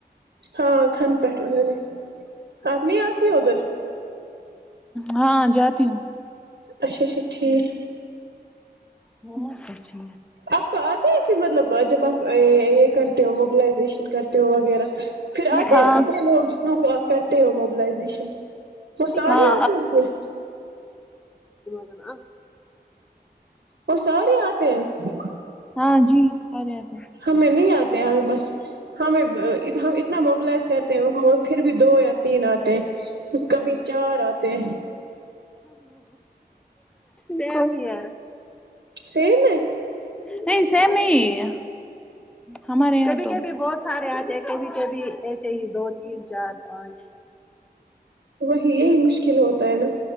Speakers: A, on the right; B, in the centre.
A: ہاں کان پ ہو آپ نہیں آتی ہو ادھر <unintelligible>
B: ہاں جاتی ہوں
A: اچھا اچھا ٹھیک
B: ہاں مت جی
A: آپ کو آتا ہے پھر مطلب جب آپ یہ کرتے ہو موبلائزیشن کرتے ہو وغیرہ پھر آتے
B: ہاں
A: اننے لوگ جتنوں کو آپ کرتے ہو م سبلائزیشن وہ سارے
B: ہاں
A: آتے تھ
B: آ
A: وہ سارے آتے ہیں
B: ہاں جی سارے آتے ہیں
A: ہمیں نہیں آتا ہمیں بس ہمیں ہم اتنا موبلائز کرتے ہیں ان کو وہ پھر بھی دو یا تین آتے ہیں کبھی چار آتے
B: سم ہی یار
A: س میں
B: نہیں سیم نہیں ہ ہمارے یہ کبھیبھی بہت سارے آتے ہیں کبھی کبھی ایسے ہی دو تین چار پانچ
A: وہی یہی مشکل ہوتا ہے نا